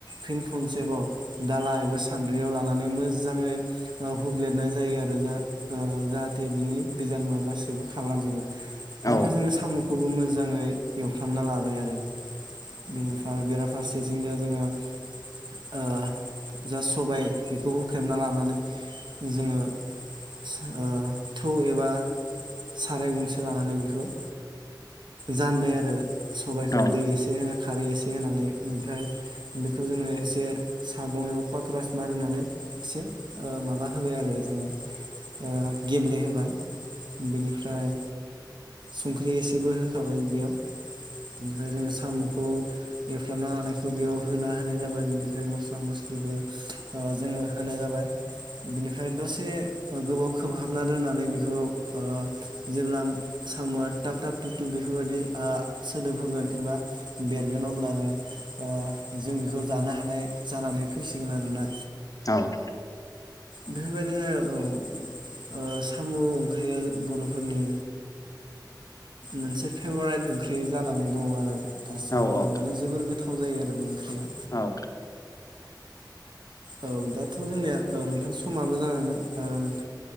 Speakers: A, on the right; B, on the left.
A: फिन खनसेबाव दाला एबा सान्द्रियाव लानानै मोजाङै ओ हुग्लेनाय जायो आरो जा ओ जाहाथे बिनि बिजानुआ गासैबो खालांजोबो। ओमफ्राय
B: औ
A: जोङो साम'खौबो मोजाङै एवफ्रामना लाबाय आरो। बेनिफ्राय बेराफारसेथिंजाय जोङो ओ जा सबाय बेखौ होख्रेमना लानानै जोङो सा थौ एबा साराय गंसे लानानै बेखौ जानबाय आरो। सबायखौ
B: औ
A: दै एसे होनो खारै एसे होनानै ओमफ्राय बेखौ जोङो एसे सागं एबा पक्रास मारिनानै एसे ओ माबा होबाय आरो जोङो ओ गेब्लेहोबाय बेनिफ्राय संख्रि एसेबो हो खाबाय बेयाव बिनिफ्राय जोंङो साम'खौ एवफ्रामना लानायखौ बेयाव होना होनाय जाबाय बेनिफ्राय मस्ला-मस्लिबो ओ जोंङो होनाय जाबाय। बेनिफ्राय दसे ओ गोबाव खोबहाबना दोननानै बेखौ ओ जेब्ला साम'आ थाब-थाब थुब थुब बेफोरबायदि आ सोदोब होगोन एबा बेरगोन अब्लानो ओ जों बेखौ जानो हानाय जानानै फैसिगोन आरोना।
B: औ
A: बेफोरबायदिनो औ ओ साम' ओंख्रिया बर'फोरनि मोनसे फेभरेट ओंख्रि जानानै दङ आरो दासिमहालागै
B: औ
A: माने जोबोर गो थाव जायो आरो बे ओंख्रिया।
B: औ
A: औ दाथ' जोंनिया ओ नोंथां समाबो जागायमोन ओ नों